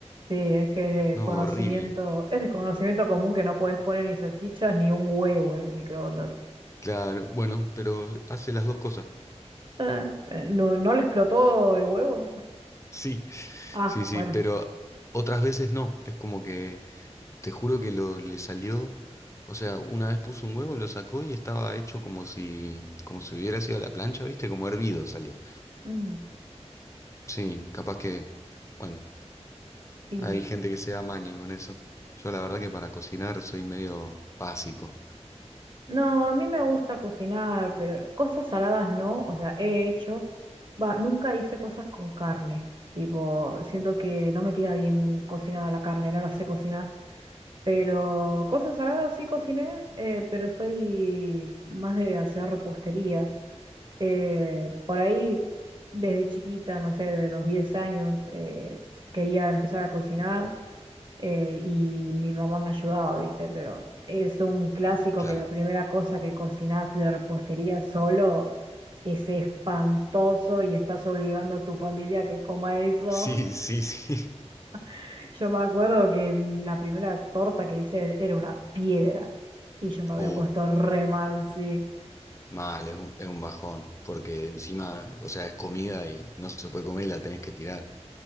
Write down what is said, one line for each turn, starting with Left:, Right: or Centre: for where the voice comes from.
Right: Sí, es que es
Left: No,
Right: de conocimiento,
Left: horrible.
Right: es de conocimiento común que no puedes poner ni salchichas ni un huevo en el microondas.
Left: Claro, bueno, pero hace las dos cosas.
Right: Ah, eh, ¿No, no le explotó el huevo?
Left: Sí,
Right: Ah,
Left: sí, sí,
Right: bueno.
Left: pero otras veces no. Es como que, te juro que lo, le salió, o sea, una vez puso un huevo y lo sacó y estaba hecho como si, como si hubiera sido a la plancha, ¿viste? Como hervido salió.
Right: Mm.
Left: Sí, capaz que... Bueno.
Right: Y
Left: Hay gente que se da maña con eso. Yo la verdad que para cocinar soy medio básico.
Right: no, a mí me gusta cocinar, pero cosas saladas no, o sea, he hecho, va, nunca hice cosas con carne, tipo, siento que no me queda bien cocinada la carne, no la sé cocinar, pero cosas saladas sí cociné, eh, pero soy más de hacer repostería. Eh, por ahí, desde chiquita, no sé, de los 10 años, eh, quería empezar a cocinar. eh, y mi mamá me ayudaba, ¿viste? Pero es un clásico
Left: Claro.
Right: que la primera cosa que cocinás de repostería solo es espantoso y estás obligando a tu familia a que coma eso.
Left: Sí, sí, sí. <laughs>
Right: <laughs> Yo me acuerdo que mm, la primera torta que hice era una piedra y yo me había
Left: Uh,
Right: puesto re mal, sí,
Left: mal, es un, es un bajón, porque encima, o sea, es comida y no se puede comer y la tenés que tirar.